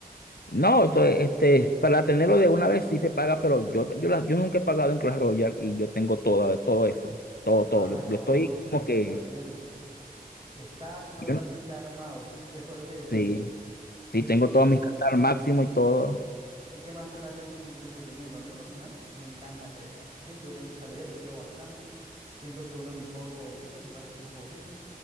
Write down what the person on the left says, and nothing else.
No, entonces, este, para tenerlo de una vez sí se paga, pero yo, yo, la- yo nunca he pagado en Clash Royale y yo tengo todo, todo eso, todo, todo.
Yo,
yo estoy como que,
yo no-
sí,
sí, tengo todas mis cartas al máximo y todo.